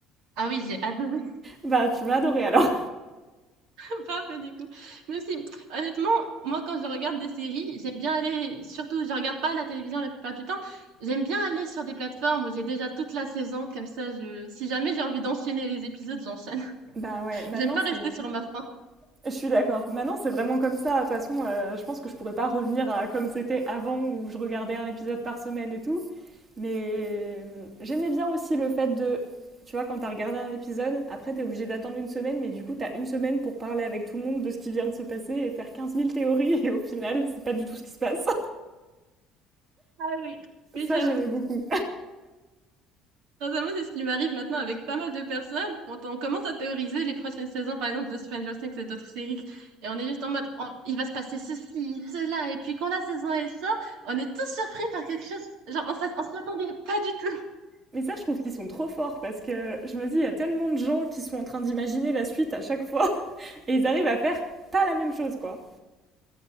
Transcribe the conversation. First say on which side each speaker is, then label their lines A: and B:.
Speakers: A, on the right (about 80°); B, on the right (about 30°).
A: Ah oui, j'ai adoré.
B: Bah, tu vas adorer alors.
A: <laughs> Parfait, du coup. Mais aussi, honnêtement, moi, quand je regarde des séries, j'aime bien aller... Surtout, je regarde pas la télévision la plupart du temps. J'aime bien aller sur des plateformes où j'ai déjà toute la saison. Comme ça, je... si jamais j'ai envie d'enchaîner les épisodes, j'enchaîne.
B: Bah ouais, maintenant
A: J'aime pas rester
B: c'est.
A: sur ma faim.
B: Je suis d'accord. Maintenant c'est vraiment comme ça. De toute façon, euh, je pense que je pourrais pas revenir à comme c'était avant où je regardais un épisode par semaine et tout. Mais euh, j'aimais bien aussi le fait de. Tu vois, quand t'as regardé un épisode, après t'es obligé d'attendre une semaine, mais du coup t'as une semaine pour parler avec tout le monde de ce qui vient de se passer et faire quinze mille théories, <laughs> et au final, c'est pas du tout ce qui se passe.
A: Ah oui, oui,
B: Ça,
A: j'avoue.
B: j'aimais beaucoup.
A: Sincèrement, c'est ce qui m'arrive maintenant avec pas mal de personnes. Quand on commence à théoriser les prochaines saisons, par exemple, de Stranger Things et d'autres séries, et on est juste en mode, on- il va se passer ceci, cela, et puis quand la saison elle sort, on est tous surpris par quelque chose. Genre, on s'a- on s'y attendait pas du tout. <laughs>
B: Mais ça, je trouve qu'ils sont trop forts parce que je me dis, il y a tellement de gens qui sont en train d'imaginer la suite à chaque fois <laughs> et ils arrivent à faire pas la même chose, quoi.